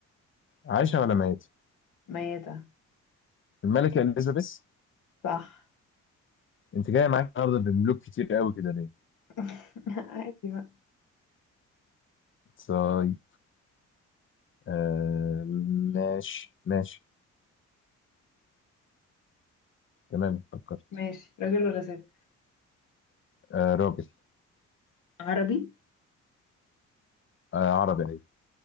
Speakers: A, on the left; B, on the left.
A: عايشة ولا ميتة؟
B: ميتة
A: الملكة إليزابيث
B: صح
A: أنت جاية معاك النهاردة بملوك كتير قوي كده ليه؟
B: <laughs> عادي بقى
A: طيب آه، ماشي ماشي تمام فكرت
B: ماشي راجل ولا ست
A: آه، راجل
B: عربي
A: آه، عربي أيوة